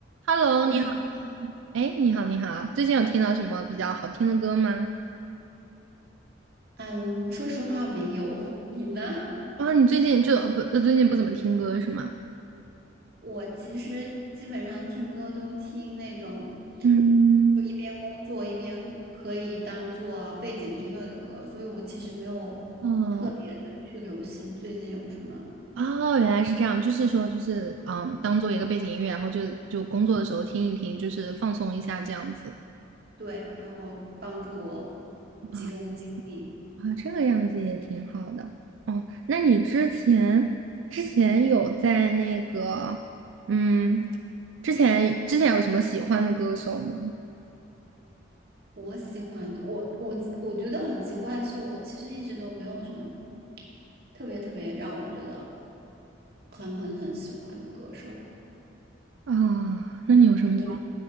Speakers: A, on the right; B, on the right.
A: Hello，
B: 你好，
A: 你好，哎，你好，你好，最近有听到什么比较好听的歌吗？
B: 嗯，说实话没有，<laughs> 你呢？
A: 啊，你最近就呃不，呃最近不怎么听歌是吗？
B: 我其实基本上听歌都听那种，
A: 嗯，
B: 就一边工作一边可以当做背景音乐的歌，所以我其实没有特别的去留心最近有什么，
A: 哦，哦，原来是这样，就是说，就是嗯，当做一个背景音乐，然后就就工作的时候听一听，就是放松一下这样子
B: 对，然后帮助我集中精力。
A: 啊啊，这个样子也挺好的。哦，那你之前之前有在那个嗯，之前之前有什么喜欢的歌手吗？
B: 我喜欢的，我我我觉得很奇怪的是，我其实一直都没有什么特别特别让我觉得很很很喜欢的歌手。
A: 啊，那你有什么？
B: 你呢？